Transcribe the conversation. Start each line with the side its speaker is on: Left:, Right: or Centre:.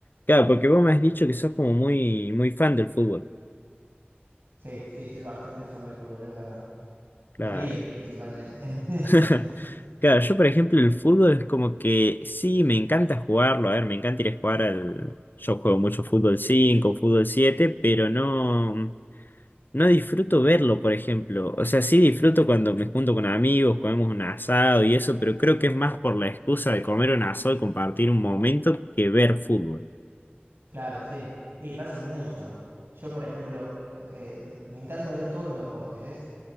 Left: Claro, porque vos me has dicho que sos como muy, muy fan del fútbol.
Right: Sí, sí, soy bastante fan del fútbol, es verdad.
Left: Claro.
Right: De River principalmente. <laughs>
Left: <laughs> Claro, yo por ejemplo el fútbol es como que sí, me encanta jugarlo, a ver, me encanta ir a jugar al... Yo juego mucho fútbol 5 fútbol 7 pero no, no disfruto verlo, por ejemplo. O sea, sí disfruto cuando me junto con amigos, comemos un asado y eso, pero creo que es más por la excusa de comer un asado y compartir un momento que ver fútbol.
Right: Claro, sí. Y pasa mucho. Yo, por ejemplo, eh, eh, me encanta ver todos los deportes, ¿es?